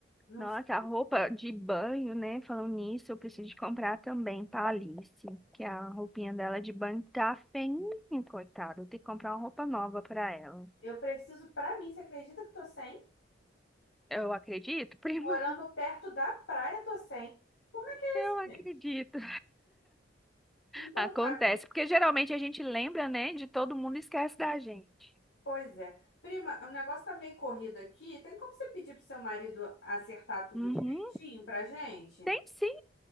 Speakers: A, on the left; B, in the centre.
A: não
B: Nossa,
A: sei.
B: a roupa de banho, né? Falando nisso, eu preciso de comprar também pra Alice, que a roupinha dela de banho tá feinha, coitada. Eu tenho que comprar uma roupa nova pra ela.
A: Eu preciso, pra mim, você acredita que eu tô sem?
B: Eu acredito, prima.
A: Morando
B: <laughs>
A: perto da praia, tô sem. Como é que é
B: Eu
A: isso,
B: acredito.
A: gente? Então,
B: Acontece,
A: tá,
B: porque geralmente a gente lembra, né, de todo mundo e esquece da gente.
A: Pois é. Prima, o negócio tá meio corrido aqui. Tem como você pedir pro seu marido acertar tudo
B: Uhum.
A: direitinho pra gente?
B: Tem sim.